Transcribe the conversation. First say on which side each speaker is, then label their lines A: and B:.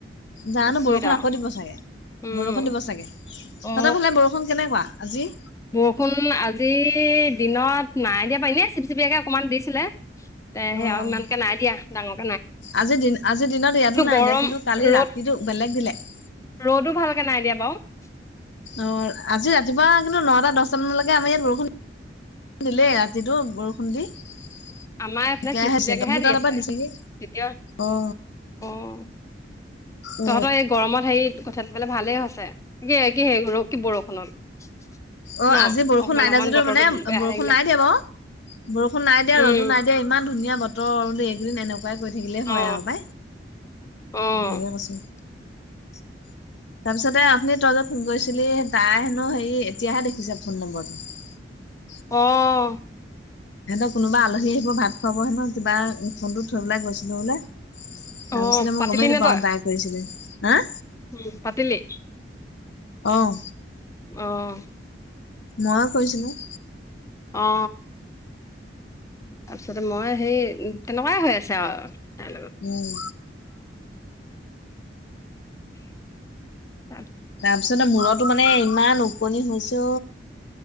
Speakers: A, on the left; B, on the left.
A: জানো
B: আচৰিত
A: বৰষুণ আকৌ
B: আৰু
A: দিব চাগে
B: উম
A: বৰষুণ দিব চাগে সহঁতৰ
B: অ
A: ফালে বৰষুণ কেনেকুৱা আজি
B: বৰষুণ আজি দিনত নাই দিয়া পাৰি ন চিপ চিপিয়াকে অকমান দিছিলে তে সেয়া
A: অ
B: আৰু
A: অ
B: ইমানকে নাই দিয়া ডাঙৰ
A: আজি দিন আজিৰ দিনত ইয়াতো নাই
B: গৰম
A: দিয়া কিন্তু কালি
B: ৰ'দ
A: ৰাতিটো বেলেগ বেলেগ
B: ৰ'দো ভালকে নাই দিয়া বাৰু।
A: অ আজি ৰাতিপুৱা কিন্তু নটা দহটা মানলৈকে আমাৰ ইয়াত বৰষুণ খু দিলেই ৰাতিটো বৰষুণ দি সেিছে
B: আমাৰ এইফালে চিপ চিপিয়াকেহে
A: দু
B: দি
A: তাল
B: আছে
A: পৰা দিছোগে
B: তেতিয়া
A: অ
B: অ
A: অ
B: তহঁতৰ এই গৰমত হেৰি কথাবে ভালেই হৈছে কি কি হে ৰ কি বৰষুণত
A: অ
B: ন
A: আজি বৰষুণ
B: অকমান
A: নাই
B: অকমান
A: দেিয় আজিো
B: বতৰটো
A: মানে
B: বেয়া
A: বৰষুণ
B: থাকিলে
A: নাই দিয়া বাৰু বৰষুণ নাই দিয়া
B: উম
A: ৰ'দো নাই দিয়া ইমান ধুনীয়া বতৰ বোলো এইকদিন এনেকুৱাই কৈ থাকিলে হয়
B: অ
A: আৰু বাই
B: অ
A: লাগে কচোন
B: <unintelligible>
A: <unintelligible> তাৰপিছতে আপুনি তই যত ফোন কৰিছিলি তাই হেনো হেৰি এতিয়াহে দেখিছে ফোন নম্বৰটো <unintelligible>
B: আহ
A: সিহঁতৰ কোনোবা আলী আহিব ভাত খুৱাব হে নহয় কিবা ফোনটো থৈ পেলাই গৈছিলো বোলে তাৰপিছতে
B: অ
A: মই
B: পাতিলি
A: গমেই
B: নে
A: নাপাওঁ
B: তই
A: তাই কৰিছিলে হা
B: উম পাটিলি
A: আহ
B: আহ
A: ময়ো কৰিছিলো
B: অ তাৰপিছতে মই সেই তেনেকুৱাই হৈ আছে আৰু তাইৰ লগত
A: উম
B: আহ
A: তাৰ পিছতে মূৰতো মানে ইমান ওকণনিছ